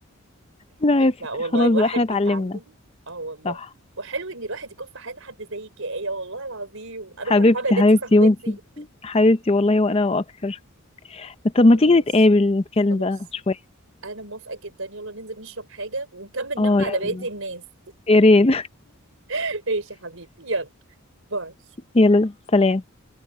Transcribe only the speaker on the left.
لا يا ستي
خلاص
بقى احنا اتعلمنا
صح
حبيبتي
حبيبتي
وانتي حبيبتي والله وانا واكتر طب ما
تيجي نتقابل نتكلم
بقى شوية
اه
يلا
يا ريت
<laughs> يلا سلام